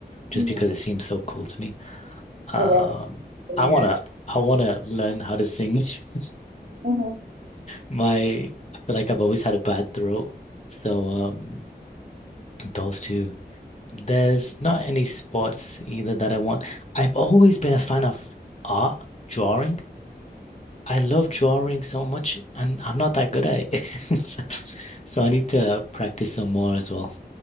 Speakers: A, on the left (about 40°); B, on the right (about 80°).
A: just
B: Yeah,
A: because it seems so cool to me. Um,
B: it is. It
A: I
B: is.
A: wanna I wanna learn how to sing. <laughs>
B: hmm
A: My I feel like I've always had a bad throat. So um those two. There's not any sports either that I want. I've always been a fan of art, drawing. I love drawing so much and I'm not that good at it. <laughs> So, so I need to practice some more as well.